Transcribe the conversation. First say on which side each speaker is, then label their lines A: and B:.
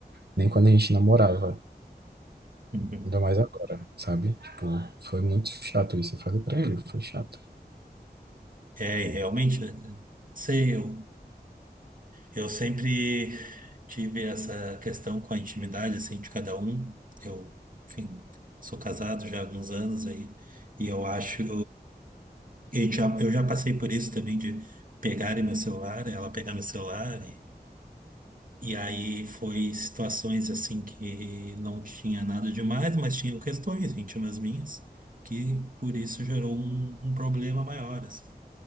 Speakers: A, on the right; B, on the right.
A: Nem quando a gente namorava.
B: uhum.
A: Ainda mais agora, sabe? Tipo, foi muito chato isso. Eu falei pra ele, foi chato.
B: é realmente, né? cara? Sei, eu, eu sempre tive essa questão com a intimidade assim de cada um. Eu, enfim, sou casado já há alguns anos aí e eu acho eu já, eu já passei por isso também de pegarem meu celular, ela pegar meu celular e E aí foi situações assim que não tinha nada demais, mas tinham questões íntimas minhas, que por isso gerou um, um problema maior, assim.